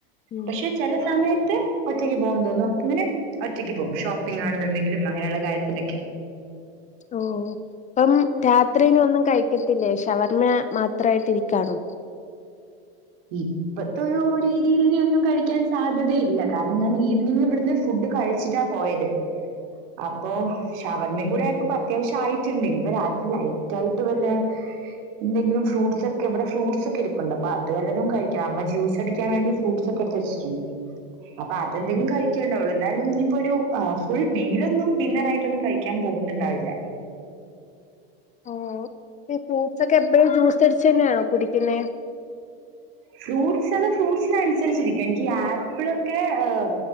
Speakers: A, on the left; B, on the right.
A: ഉം
B: പക്ഷെ ചില സമയത്ത് മ ഒറ്റയ്ക്ക് പോകാെന്ന് തോന്നുന്നു അപ്പങ്ങനെ ഒറ്റയ്ക്ക് പോകും ഷോപ്പിംഗ ആണെന്നുണ്ടെങ്കിലും അങ്ങനെയുള്ള കാര്യത്തിനൊക്കെ
A: ഓ അപ്പം രാത്രിന ഒന്നും കഴിക്കത്തി ല്ലേ ഷവർമ്മ മാത്രായിട്ട് ഇരിക്കണോ
B: ഇപ്പത്തെ ഒരു രീതിൽ ഒന്നും കഴിക്കാൻ സാധ്യതയില്ല കാരണം ഞാൻ ഈവനിങ് ഇവിടുന്ന് ഫുഡ് ഇത് കഴിച്ചിട്ടാ പോയത് അപ്പൊ ഷവർമ്മ് കൂടെ ആയപ്പോ അത്യാവശ്യം ആയിട്ടുണ്ട് ഇനി ഇപ്പൊ രാത്രി ലൈറ്റ് ആയിട്ട് വല്ല എന്തെങ്കിലും ഫ്രൂട്ട്സ് ഒക്കെ ഇവിടെ ഫ്രൂട്ട്സ്ക്കെ ഇരിപ്പുണ്ട് അപ്പൊ അ വല്ലതും കഴിക്കണം അമ്മ ജ്യൂസ് അടിക്കാൻ വേണ്ടി ഫ്രൂട്ട്സ് ഒക്കെ എടുത്ത് വച്ചിട്ടുണ്ട് അപ്പ അതെങ്കിലും കഴിക്കേണ്ടാവുള്ളൂ എ എന്നാലും ഇനി ഇപ്പൊ ഒരു ഫുൾ മീലൊന്നും ഡിന്നറ ആയിട്ടൊന്നും കഴിക്കാൻ പോകുന്നുണ്ടാവില്ല
A: ഓ ഫ്രൂട്ട്സ് ഒക്കെ എപ്പോഴും ജ്യൂസ് അടിച്ചു തന്നെയാണോ കുടിക്കുന്നെ
B: ഫ്രൂട്ട്സ് അതോ ഫ്രൂട്ട്സിനനുസരിച്ചിരിക്കും എനിക്ക്ഈ ആപ്പിളൊക്കെ ഹ്